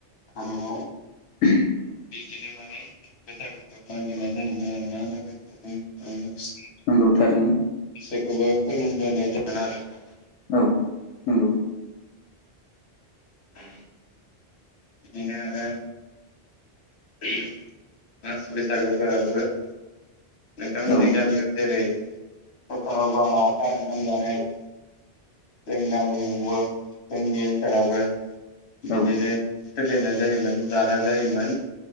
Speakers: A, on the left; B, on the left.
A: आरो
B: <unintelligible>
A: बिदिनो माने बैसागुखौ मागिरनाय जायोमोन आरोना लोगोफोर <unintelligible>
B: नोंगौ थारैनो
A: जेखौबो खुलुमबोनाय जागोन आरो नोंथां
B: औ नंगौ
A: <unintelligible> बिदिनो आरो <unintelligible> बैसागु फोरावबो नोंथांमोननि
B: औ
A: गामियाव जेरै पथाराव बाला लावखार ओंखाम जानाय जों गामियावबो जोंनि ओनसोलावबो बिदिनो
B: औ
A: सोलिनाय जायोमोन जानाय जायोमोन